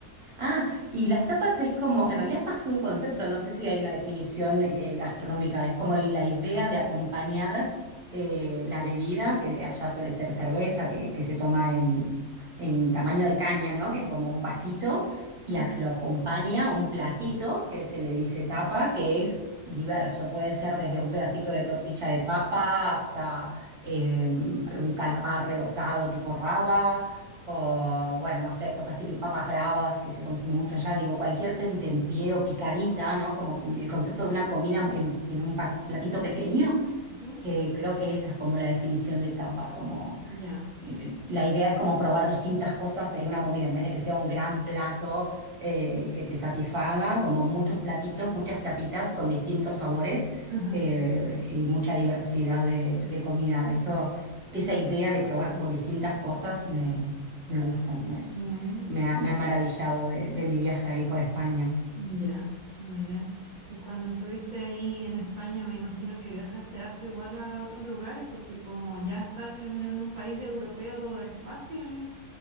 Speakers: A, on the right; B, on the right.
A: Ah, y las tapas es como, en realidad es más un concepto, no sé si hay una definición eh, gastronómica, es como la idea de acompañar eh, la bebida, que allá suele ser cerveza, que, que se toma en, en tamaño de caña, ¿no? Que es como un vasito, y
B: Ujú,
A: a- lo acompaña un platito que se le dice tapa, que es diverso, puede ser desde un pedacito de tortilla de papa hasta eh, un calamar rebozado tipo raba o, bueno, no sé, cosas típicas, papas bravas que se consumen mucho allá. Digo, cualquier tentempié o picadita, ¿no? Como el concepto de una comida en, en un pa- platito pequeño.
B: ujú.
A: eh, creo que esa es como la definición de tapa, como
B: Ya.
A: eh, La idea es como probar distintas cosas en una comida, en vez de que sea un gran plato eh, que te satisfaga, como muchos platitos, muchas tapitas con distintos sabores
B: Ajá.
A: eh, y mucha diversidad de, de comida. Eso, esa idea de probar como distintas cosas me, me gustan, me,
B: Mm.
A: me ha, me ha maravillado de, de mi viaje ahí por España.
B: Ya, mira. Y cuando estuviste ahí en España, me imagino que viajaste harto igual a otros lugares, porque como ya estar en, en un país de europeo es fácil